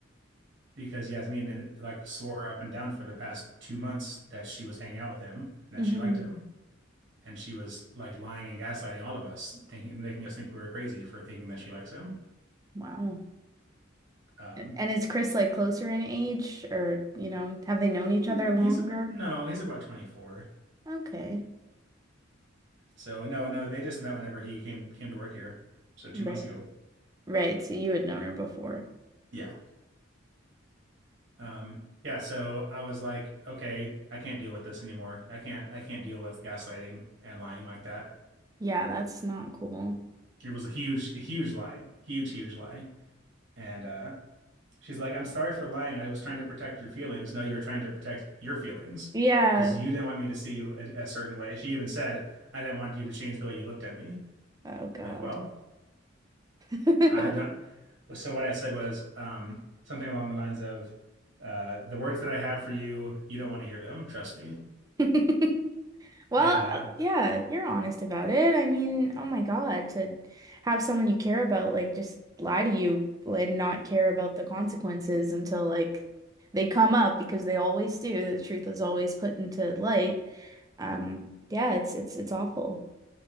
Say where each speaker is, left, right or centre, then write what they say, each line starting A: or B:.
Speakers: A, on the right; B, on the right.
A: because Yasmin like swore up and down for the past two months that she was hanging out with him and
B: hmm
A: that she liked him. And she was like lying and gaslighting all of us, thinking making us think we were crazy for thinking that she likes him.
B: Wow.
A: Um,
B: And is Chris like closer in age or, you know, have they
A: eh,
B: known each other longer?
A: he's a no, he's about 24.
B: Okay.
A: So no, no, they just met whenever he came came to work here. So two
B: Right.
A: months ago.
B: Right. So you had known her before.
A: Yeah. Um, yeah, so I was like, okay, I can't deal with this anymore. I can't I can't deal with gaslighting and lying like that.
B: Yeah, that's not cool.
A: It was a huge, a huge lie, huge, huge lie. And uh, she's like, I'm sorry for lying. I was trying to protect your feelings. No, you're trying to protect your feelings
B: Yeah.
A: because you didn't want me to see you a, a certain way. She even said, I didn't want you to change the way you looked at me.
B: Oh God.
A: Like, well,
B: <laughs>
A: I don't. So what I said was um, something along the lines of, uh, the words that I have for you, you don't want to hear them. Trust me.
B: <laughs> Well,
A: And uh,
B: uh, yeah, you're honest about it. I mean, oh my God, to have someone you care about like just lie to you and not care about the consequences until like they come up because they always do. The truth is always put into light. Um, yeah, it's it's it's awful.